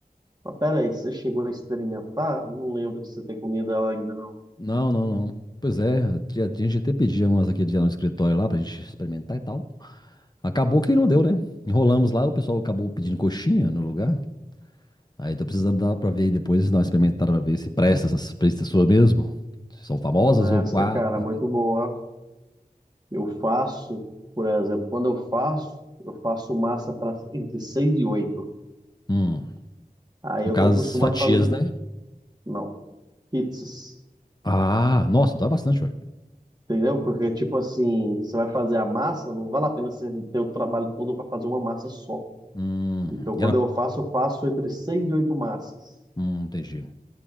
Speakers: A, on the right (about 25°); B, on the left (about 25°).
A: Mas pera aí, você chegou a experimentar? Eu não lembro que você tem comida lá ainda, não.
B: Não, não, não. Pois é, a tia- a gente até pedia umas aquele dia no escritório lá pra gente experimentar e tal. Acabou que não deu, né? Enrolamos lá, o pessoal acabou pedindo coxinha no lugar. Aí tô precisando dar pra ver aí depois, dar uma experimentada pra ver se presta essas pizzas suas mesmo. Se são famosas ou
A: Essa,
B: quá.
A: cara,
B: <laughs>
A: é muito boa. Eu faço, por exemplo, quando eu faço, eu faço massa para entre 6 e 8.
B: Hum,
A: Aí
B: no
A: eu
B: caso,
A: tô acostumado
B: as fatias,
A: a fazer,
B: né?
A: não, pizzas.
B: Ah, nossa, dói bastante, ué.
A: Entendeu? Porque, tipo assim, você vai fazer a massa, não vale a pena você ter o trabalho todo para fazer uma massa só.
B: Hum,
A: Então,
B: e
A: quando
B: ela.
A: eu faço, eu faço entre 6 e 8 massas.
B: Hum, entendi.